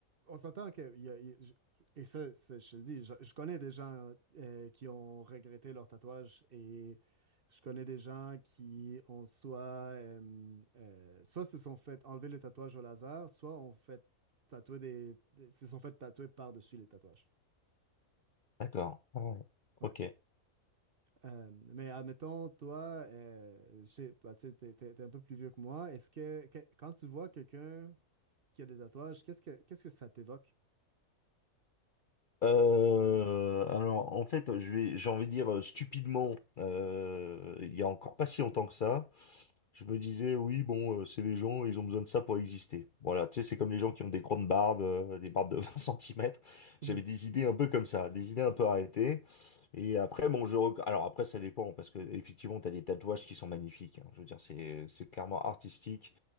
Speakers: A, on the right; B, on the left.
A: on s'entend que. il y a- il y a- je- et ça, ça, je te le dis, je, je connais des gens euh, qui ont regretté leur tatouage et je connais des gens qui ont soit. euh, euh, soit se sont fait enlever le tatouage au laser, soit ont fait tatouer des, des- se sont fait tatouer par-dessus les tatouages.
B: D'accord. Ah ouais.
A: Ouais.
B: Ok.
A: Euh, mais admettons, toi, euh, je sais pas, tu sais, t'es, t'es- t'es un peu plus vieux que moi. Est-ce que, que- quand tu vois quelqu'un qui a des tatouages, qu'est-ce que, qu'est-ce que ça t'évoque?
B: Euh, alors, en fait, je vais, j'ai envie de dire euh, stupidement, euh, il y a encore pas si longtemps que ça. Je me disais, oui, bon, euh, c'est des gens, ils ont besoin de ça pour exister. Voilà, tu sais, c'est comme les gens qui ont des grandes barbes, euh, des barbes de <laughs> vingt centimètres J'avais
A: <laughs>
B: des idées un peu comme ça, des idées un peu arrêtées. Et après, bon, je... rec- Alors après, ça dépend, parce que effectivement, t'as des tatouages qui sont magnifiques. hein. Je veux dire, c'est c'est clairement artistique.